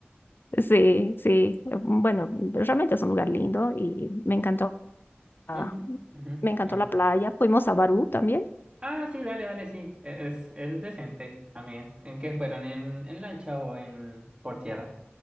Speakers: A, on the left; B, on the right.
A: Sí, sí. em, Bueno, realmente es un lugar lindo y me encantó. Ah,
B: Ujú, ujú,
A: me encantó
B: epa.
A: la playa. Fuimos a Barú también.
B: Ah, sí, dale, dale, sí. E- Es, es decente también. ¿En qué fueron? ¿En, en lancha o en por tierra?